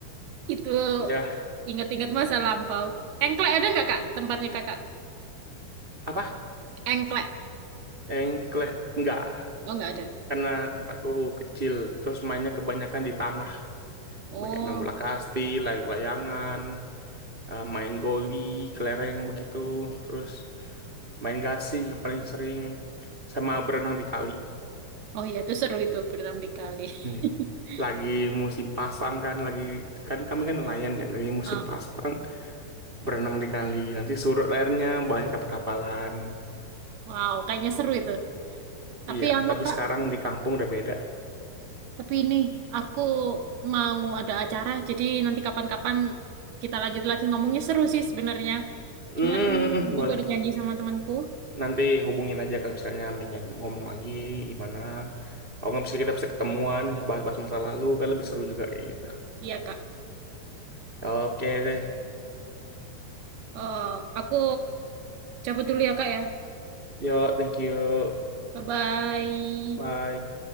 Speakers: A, on the right; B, on the right.
A: Itu
B: Ya.
A: Ingat-ingat masa lampau. Engklek ada nggak
B: Hmm.
A: kak? Tempatnya kakak?
B: Apa?
A: Engklek.
B: Engklek. Enggak.
A: Oh nggak ada.
B: Karena tempatku kecil. Terus mainnya kebanyakan di tanah.
A: Oh,
B: Main Kayak main bola kasti, layang-layangan. eh, main goli, kelereng begitu, terus main gasing yang paling sering, sama berenang di kali.
A: oh iya itu seru itu berenang di kali. <laughs>
B: Hmm. Lagi musim pasang kan, lagi kan kami kan nelayan ya, lagi musim
A: Ah,
B: pasang berenang di kali. Nanti surut airnya banyak kapal-kapalan.
A: wow, kayaknya seru itu. Tapi
B: Iya,
A: anu
B: tapi
A: kak,
B: sekarang di kampung udah beda.
A: tapi ini aku mau ada acara, jadi nanti kapan-kapan kita lanjut lagi ngomongnya seru sih sebenarnya.
B: Hmm,
A: Cuman
B: hmm, hmm, hmm, boleh.
A: aku ada janji sama temanku.
B: Nanti hubungin aja kalau misalnya ingin ngomong lagi gimana. Kalau nggak bisa kita bisa ketemuan ya bahas-bahas masa lalu kan lebih seru juga kayak gitu.
A: Iya kak.
B: Oke deh.
A: Oh, aku cabut dulu ya kak ya.
B: Yo, thank you.
A: Bye-bye.
B: Bye.